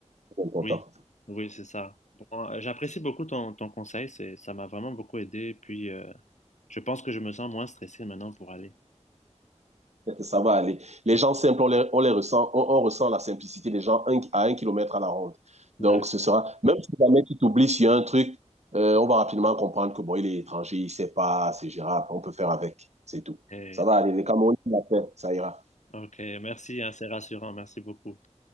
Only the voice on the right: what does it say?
c'est important.
Ça va aller. Les gens simples, on les, on les ressent, on, on ressent la simplicité des gens un- à un kilomètre à la ronde.
Donc, ce sera, même si jamais tu t'oublies sur un truc, euh, on va rapidement comprendre que bon, il est étranger, il sait pas, c'est gérable, on peut faire avec, c'est tout.
Ça va aller. Les Camerounais, ils l'ont fait, ça ira.